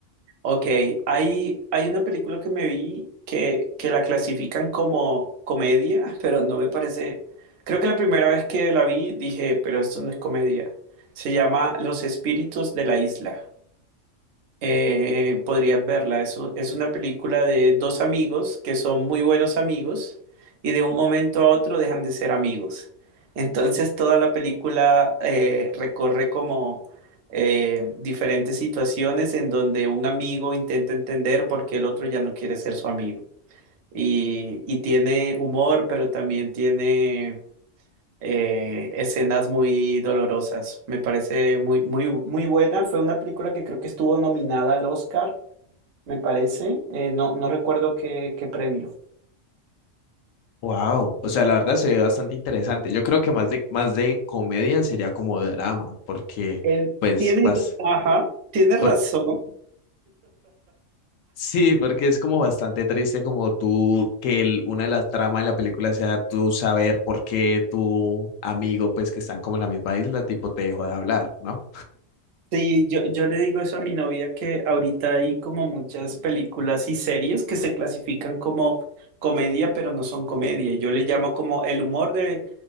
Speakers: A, on the right; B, on the left.
A: Ok, hay, hay una película que me vi que, que la clasifican como comedia, pero no me parece... Creo que la primera vez que la vi dije, pero esto no es comedia. Se llama Los Espíritus de la Isla. eh, podrías verla. Es, u- es una película de dos amigos que son muy buenos amigos y de un momento a otro dejan de ser amigos. Entonces toda la película eh, recorre como eh, diferentes situaciones en donde un amigo intenta entender por qué el otro ya no quiere ser su amigo. Y, y tiene humor, pero también tiene eh, escenas muy dolorosas. Me parece muy, muy, muy buena. Fue una película que creo que estuvo nominada al Oscar me parece. Eh, no, no recuerdo qué, qué premio.
B: Wow, o sea, la verdad se ve bastante interesante. Yo creo que más de más de comedia sería como drama, porque
A: Él
B: pues
A: tiene,
B: vas
A: ajá, tiene razón.
B: por- sí, porque es como bastante triste como tú que el- una de las tramas de la película sea tú saber por qué tu amigo pues que están como en la misma isla tipo te dejó de hablar, ¿no?
A: Sí, yo, yo le digo eso a mi novia que ahorita hay como muchas películas y series que se clasifican como comedia, pero no son comedia. Yo le llamo como el humor de,